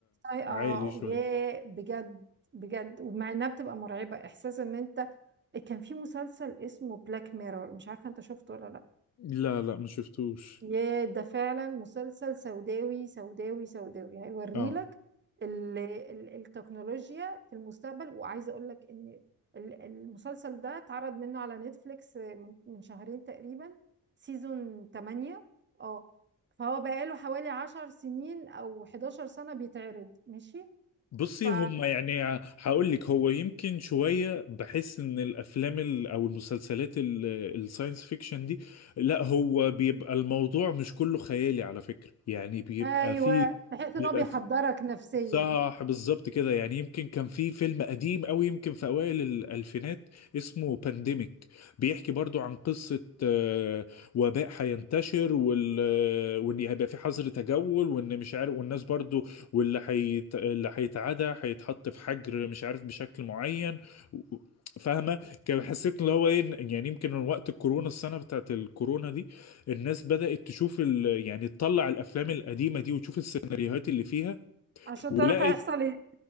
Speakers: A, on the right; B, on the left.
A: أي- اه
B: عالي شوية
A: ياه بجد بجد ومع انها بتبقى مرعبة احساس ان انت كان في مسلسل اسمه بلاك ميرور مش عارفة انت شفته ولا لا
B: لا لا ما شفتوش
A: ياه ده فعلا مسلسل سوداوي سوداوي سوداوي هيوريلك
B: اه
A: ال ال التكنولوجيا في المستقبل وعايزة اقول لك ان ال- المسلسل ده اتعرض منه على نتفليكس من من شهرين تقريبا سيزون 8 اه فهو بقاله حوالي 10 سنين او 11 سنة بيتعرض ماشي
B: بصي
A: ف
B: هم يعني هقول لك هو يمكن شوية بحس ان الافلام ال- او المسلسلات ال- الساينس فيكشن دي لا هو بيبقى الموضوع مش كله خيالي على فكرة يعني بيبقى
A: ايوه
B: فيه
A: بحيث
B: بيبقى
A: ان هو بيحضرك
B: في-
A: نفسيا
B: صح بالظبط كده يعني يمكن كان في فيلم قديم أوي يمكن في أوائل الألفينات اسمه بانديميك بيحكي برضو عن قصة آه، وباء هينتشر وال... آه، وإن هيبقى في حظر تجول وإن مش عارف والناس برضو واللي هيت... اللي هيتعدى هيتحط في حجر مش عارف بشكل معين و- فاهمة كان حسيت اللي هو ايه يعني يمكن من وقت الكورونا السنة بتاعت الكورونا دي الناس بدأت تشوف ال... يعني تطلع الأفلام القديمة دي وتشوف السيناريوهات اللي فيها
A: عشان
B: ولقت
A: تعرف هيحصل ايه